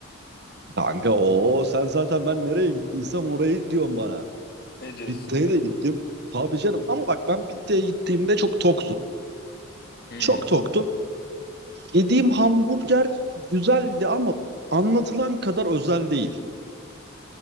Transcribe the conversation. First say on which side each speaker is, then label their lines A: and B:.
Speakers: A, on the right (about 55°); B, on the left (about 50°).
A: kanka o sen zaten ben nereye gittiysem orayı diyorsun bana.
B: Ne diyorsun
A: Bitte'ye
B: ya?
A: de gittim. Tabii canım ama bak ben Bitte'ye gittiğimde çok toktum.
B: Hmm,
A: Çok toktum. Yediğim hamburger güzeldi ama anlatılan kadar özel değil.